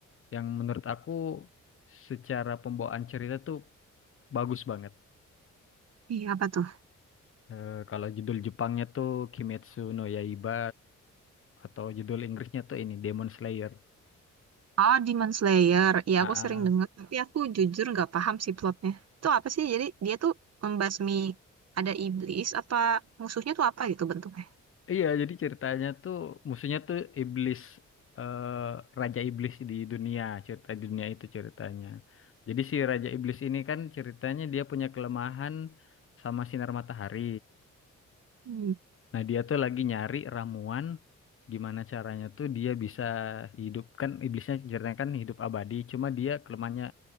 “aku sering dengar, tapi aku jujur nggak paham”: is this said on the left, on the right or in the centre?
Right